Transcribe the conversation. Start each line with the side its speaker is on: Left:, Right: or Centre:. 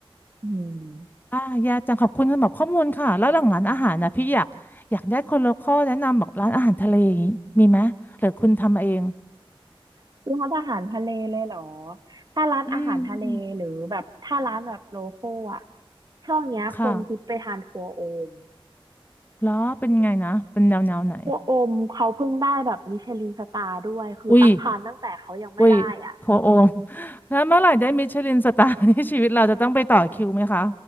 Right: อืม
Left: อ่ายาจังขอบคุณสำหรับข้อมูลค่ะแล้วหลังร้านอาหารนะพี่อยากอยากได้คนโลคอลแนะนำบอกร้านอาหารทะเลอย่างนี้มีไหมหรือคุณทำเอง
Right: ร้านอาหารทะเลเลยเหรอถ้าร้านอาหารทะเลหรือแบบถ้าร้านแบบโลคอลอ่ะ
Left: อืมอืม
Right: ช่วงเนี้ยคนฮิตไปทานครัวโอม
Left: ค่ะแล้วเป็นไงนะเป็นแนวแนวไหน
Right: พวกโอมเขาเพิ่งได้แบบมิชลินสตาร์ด้วยคือตักทานตั้งแต่เขายังไม่ได้อ่ะ
Left: อุ้ยอุ้ยโคโอม <laughs> แล้วเมื่อไหร่ได้มิชลินสตาร์ <laughs> ที่ชีวิตเราจะต้องไปต่อคิวไหมคะ